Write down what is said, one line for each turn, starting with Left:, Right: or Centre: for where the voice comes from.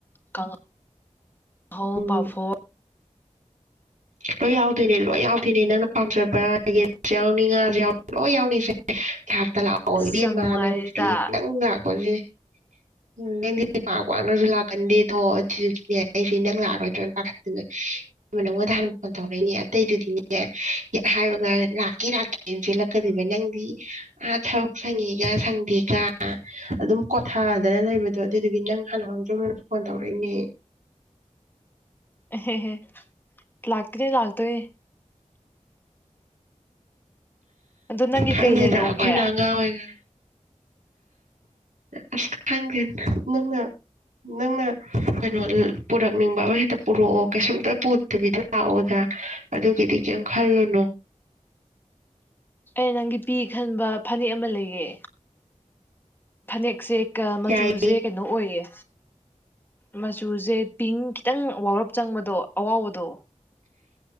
Left: ꯀꯪꯍꯧ ꯍꯧ
Right: ꯎꯝ
Left: ꯄꯥꯐꯣꯔ
Right: ꯂꯣꯏ ꯌꯥꯎꯗꯣꯏꯅꯦ ꯂꯣꯏ ꯌꯥꯎꯗꯣꯏꯅꯦ ꯅꯪꯅ ꯄꯥꯝꯖꯕ ꯌꯦꯟꯁꯨ ꯌꯥꯎꯅꯤ ꯉꯥꯁꯨ ꯌꯥꯎꯅꯤ ꯂꯣꯏ ꯌꯥꯎꯅꯤꯁꯦ ꯂꯥꯛꯇꯥ ꯂꯥꯎꯑꯣ
Left: ꯑꯁ
Right: ꯏꯕꯦꯝꯃ
Left: ꯌꯥꯝ ꯅꯨꯡꯉꯥꯏꯔꯦꯗ
Right: ꯅꯪꯁꯤꯗꯤ ꯅꯪ ꯂꯥꯛꯄꯁꯦ ꯎꯝ ꯅꯪꯗꯤ ꯄꯥꯛ ꯄꯥꯛꯅꯁꯨ ꯂꯥꯛꯀꯟꯗꯦ ꯑꯗꯣ ꯑꯩꯁꯦ ꯅꯪ ꯂꯥꯛꯑꯔꯣꯏꯗ꯭ꯔꯣꯏꯅ ꯄꯥꯈꯠꯇ ꯅꯉꯣꯟꯗ ꯍꯥꯟ ꯐꯣꯟ ꯇꯧꯔꯛꯏꯅꯦ ꯑꯇꯩꯗꯨꯗꯤꯅꯦ ꯍꯦꯛ ꯍꯥꯏꯕꯒ ꯂꯥꯛꯀꯦ ꯂꯥꯛꯀꯦꯅ ꯆꯦꯜꯂꯛꯀꯗꯣꯏꯕ ꯅꯪꯗꯤ ꯑꯥ ꯊꯕꯛ ꯁꯪꯉꯤꯒ ꯁꯪꯗꯦꯒ ꯑꯗꯨꯝ ꯀꯣꯊꯗꯅ ꯂꯩꯕꯗꯣ ꯑꯗꯨꯗꯨꯒꯤ ꯅꯪ ꯍꯥꯟꯅ ꯃꯥꯡꯖꯧꯅꯅ ꯐꯣꯟ ꯇꯧꯔꯛꯏꯅꯦ
Left: ꯍꯦ ꯍꯦ ꯂꯥꯛꯇꯣꯏꯅꯦ ꯂꯥꯛꯇꯣꯏꯅꯦ ꯑꯗꯣ ꯅꯪꯒꯤ
Right: ꯈꯪꯉꯦꯗ
Left: ꯀꯩ ꯂꯩꯔꯛꯎꯒꯦ
Right: ꯑꯩꯈꯣꯏꯅ ꯑꯉꯥꯡ ꯑꯣꯏꯔꯤꯉꯥꯏ ꯑꯁ ꯈꯪꯗꯦ ꯅꯪꯅ ꯅꯪꯅ ꯀꯩꯅꯣ ꯄꯨꯔꯛꯅꯤꯡꯕ ꯑꯃ ꯍꯦꯛꯇ ꯄꯨꯔꯛꯑꯣ ꯀꯩꯁꯨꯝꯇ ꯄꯨꯗꯕꯤꯗ ꯂꯥꯛꯑꯣꯗ ꯑꯗꯨꯒꯤꯗꯤ ꯀꯔꯤꯝ ꯈꯜꯂꯨꯅꯣ
Left: ꯑꯦ ꯅꯪꯒꯤ ꯄꯤ ꯈꯟꯕ ꯐꯅꯦꯛ ꯑꯃ ꯂꯩꯌꯦ ꯐꯅꯦꯛꯁꯦ ꯃꯆꯨꯁꯦ
Right: ꯌꯥꯏ
Left: ꯀꯩꯅꯣ ꯑꯣꯏꯌꯦ ꯃꯆꯨꯁꯦ ꯄꯤꯡ ꯈꯤꯇꯪ ꯋꯥꯎꯔꯞ ꯆꯪꯕꯗꯣ ꯑꯋꯥꯎꯕꯗꯣ